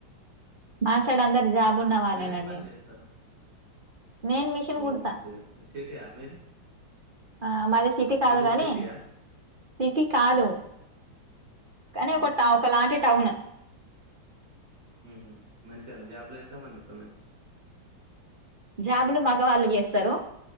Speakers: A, on the right; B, on the right.
A: మా సైడ్ అందరు జాబ్ ఉన్న వాలేనండి
B: మీరేం పని చేస్తారు
A: నేను మిషన్
B: బో
A: కుడుత
B: మంచిదే మరి సిటీయా మీది
A: ఆ మాది సిటీ కాదు
B: మీది
A: గానీ
B: సిటీయా
A: సిటీ కాదు
B: ఉమ్
A: కానీ
B: ఉమ్
A: ఒక టవకలా మాది టౌన్
B: ఉహు మంచిగానే జాబ్లో ఎంతమంది ఉన్నట్టు మ్యామ్
A: జాబులు మగవాళ్ళు చేస్తారు